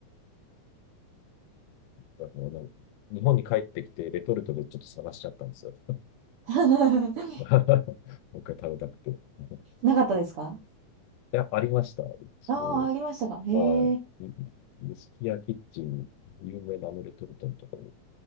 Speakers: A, on the left; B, on the right.
A: だからな日本に帰ってきて、レトルトでちょっと探しちゃったんですよ。
B: <laughs>
A: <laughs> もう一回食べたくて。<laughs> い
B: なかったですか
A: や、ありました。一応、
B: ああー、ありましたか。へえ、
A: まあ、錦屋キッチン、有名なあのレトルトのところも、